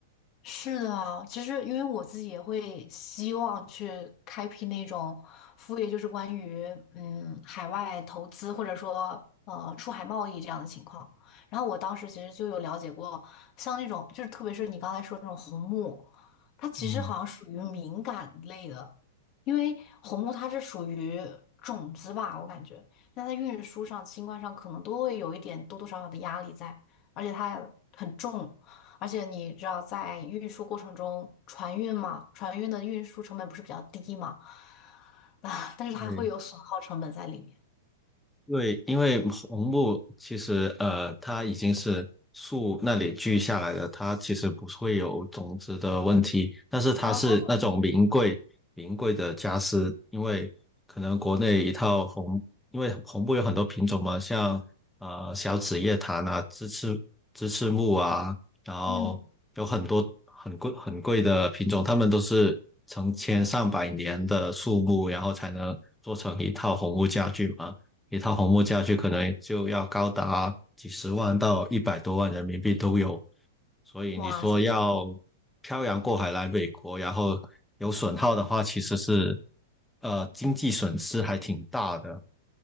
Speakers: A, on the left; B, in the centre.
A: 是的啊，其实因为我自己也会希望去开辟那种副业，就是关于嗯海外投资或者说呃出海贸易这样的情况。然后我当时其实就有了解过，像那种就是特别是你刚才说那种红木，它其实好像属于敏感类的，
B: 嗯，
A: 因为红木它是属于种子吧，我感觉那在运输上、清关上可能都会有一点多多少少的压力在，而且它很重。而且你知道，在运输过程中，船运嘛，船运的运输成本不是比较低嘛？<laughs> 啊，但是它会有损耗成本在里面。
B: 对。对，因为红木其实呃，它已经是树那里锯下来的，它其实不会有种子的问题，但是它是那种名贵名贵的家私，
A: 哦，
B: 因为可能国内一套红，因为红木有很多品种嘛，像呃小紫叶檀啊、鸡翅鸡翅木啊，然后有很多很贵很贵的品种，
A: 嗯，
B: 它们都是成千上百年的树木，然后才能做成一套红木家具嘛。一套红木家具可能就要高达几十万到一百多万人民币都有。所以你说要
A: 哇塞，
B: 漂洋过海来美国，然后有损耗的话，其实是呃经济损失还挺大的。